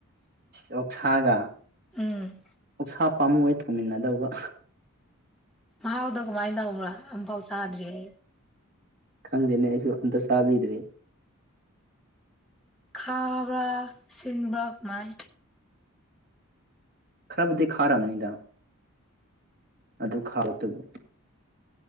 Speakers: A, on the right; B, in the centre.
A: ꯑꯣꯛꯁꯥꯒ
B: ꯎꯝ
A: ꯑꯣꯛꯁꯥ ꯄꯥꯝꯃꯨꯏꯌꯦ ꯊꯣꯡꯃꯤꯟꯅꯗꯧꯕ
B: ꯃꯍꯥꯎꯗꯣ ꯀꯃꯥꯏꯅ ꯇꯧꯕ꯭ꯔꯥ ꯑꯝꯐꯥꯎ ꯆꯥꯗ꯭ꯔꯤ ꯑꯩ
A: ꯈꯪꯗꯦꯅꯦ ꯑꯩꯁꯨ ꯑꯝꯇ ꯆꯥꯕꯤꯗ꯭ꯔꯤ
B: ꯈꯕ꯭ꯔꯥ ꯁꯤꯟꯕ꯭ꯔꯥ ꯀꯃꯥꯏ
A: ꯈꯥꯗꯤ ꯈꯔꯝꯅꯤꯗꯥ ꯑꯗꯨꯛ ꯈꯥꯕꯗꯨꯕꯨ